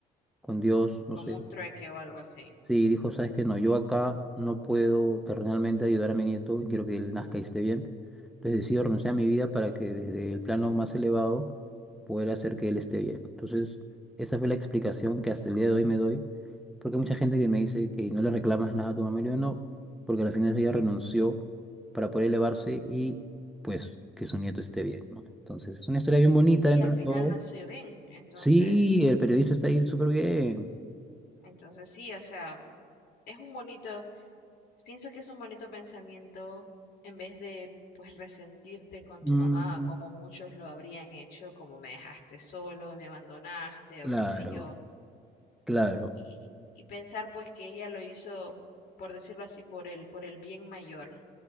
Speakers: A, in the centre; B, on the left (about 70°).
A: con Dios, no
B: como
A: sé,
B: un trueque o algo así.
A: Sí, dijo, sabes que no, yo acá no puedo terrenalmente ayudar a mi nieto, quiero que él nazca y esté bien. Entonces decido renunciar a mi vida para que desde el plano más elevado poder hacer que él esté bien. Entonces, esa fue la explicación que hasta el día de hoy me doy, porque hay mucha gente que me dice que no le reclamas nada a tu mamá, y yo no, porque al final ella renunció para poder elevarse y pues que su nieto esté bien, ¿no? Entonces, es una historia bien bonita
B: Y
A: dentro
B: al
A: de
B: final
A: todo.
B: nació bien, entonces,
A: Sí, el periodista está ahí súper bien.
B: entonces sí, o sea, es un bonito Pienso que es un bonito pensamiento en vez de pues resentirte con
A: Ujú,
B: tu mamá como muchos lo habrían hecho, como me dejaste solo, me abandonaste
A: Claro.
B: o qué sé yo,
A: Claro,
B: y, y pensar pues que ella lo hizo, por decirlo así, por el, por el bien mayor.